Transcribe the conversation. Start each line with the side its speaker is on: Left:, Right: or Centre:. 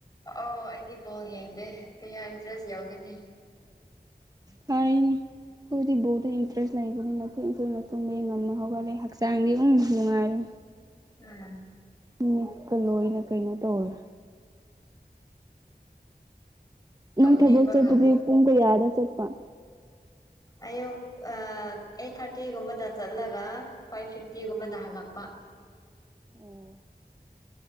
Left: ꯑꯣ ꯑꯩꯗꯤ ꯕꯣꯜ ꯌꯦꯡꯗꯦ ꯀꯌꯥ ꯏꯟꯇꯔꯦꯁ ꯌꯥꯎꯗꯦꯅꯦ
Right: ꯐꯥꯏꯅꯤ ꯈꯣꯏꯗꯤ ꯕꯣꯜꯗ ꯏꯟꯇꯔꯦꯁ ꯂꯩꯕꯅꯤꯅ ꯊꯦꯡ ꯊꯦꯡꯅ ꯇꯨꯝꯕ ꯉꯟꯅ ꯍꯧꯒꯠꯂꯦ ꯍꯛꯆꯥꯡꯗꯤ ꯎꯝ ꯅꯨꯡꯉꯥꯏꯔꯦ
Left: ꯎꯝ
Right: ꯃꯤꯠꯀ ꯂꯣꯏꯅ ꯀꯩꯅꯣ ꯇꯧꯔꯦ
Left: ꯇꯨꯝꯅꯤꯡꯕꯒ
Right: ꯏꯪ ꯊꯕꯛ ꯆꯠꯄꯗꯤ ꯄꯨꯡ ꯀꯌꯥꯗ ꯆꯠꯄ
Left: ꯑꯌꯨꯛ ꯑ ꯑꯩꯠ ꯊꯥꯔꯇꯤꯒꯨꯝꯕꯗ ꯆꯠꯂꯒ ꯐꯥꯏꯚ ꯐꯤꯐꯇꯤꯒꯨꯝꯕꯗ ꯍꯜꯂꯛꯄ
Right: ꯑꯣ